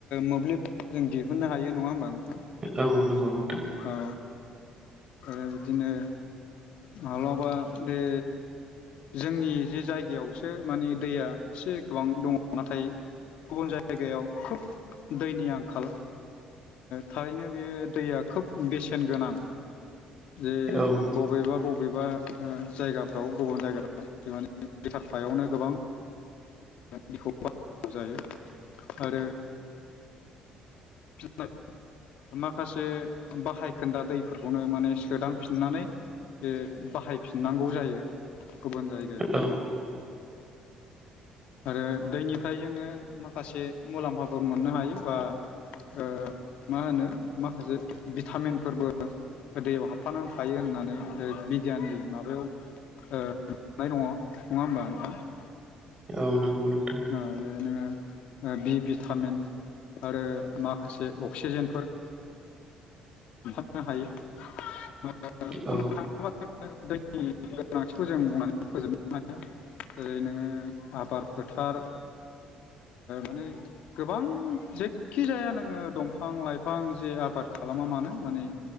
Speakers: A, on the left (about 65°); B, on the right (about 35°).
A: मोब्लिब जों दिहुननो हायो नङा होमबा नोंथां
B: औ नंगौ नोंथां
A: ह आरो बिदिनो माब्लाबा बे जोंनि जे जायगायावसो माने दैया एसे गोबां दङ नाथाय गुबुन जायगायाव खोब दैनि आंखाल थारैनो बे दैया खोब बेसेन गोनां जे
B: औ
A: बबेबा बबेबा जायगाफ्राव गुबुन जायगा माने लिटार फायावनो गोबां <inaudible> खौ जायो आरो <inaudible> माखासे बाहायखोन्दा दैफोरखौनो माने सोदांफिननानै बे बाहायफिननांगौ जायो गुबुन जायगायाव
B: औ
A: आरो दैनिफ्राय जोंङो माखासे मुलाम्फाफोर मोननो हायो बा ओ मा होनो माखासे भिटामिनफोरबो दैयाव हाबफानानै थायो होननानै ओ बिगियाननि माबायाव <inaudible> नाय दंङ नंङा होमबा नोंथां
B: औ नंगौ नोंथां
A: ओ बे नोंङो ओ बि भिटामिन आरो माखासे अक्सिजेनफोर <inaudible> नो हायो <inaudible> बुंनो
B: औ
A: थां मा ज <inaudible> दैनि गोनांथिखौ जों बुंनानै फोजोबनो हाया जेरै नोंङो आबार फोथार माने गोबां जे खि जाया नोंङो दंफां लाइफां जे आबाद खालामा मानो माने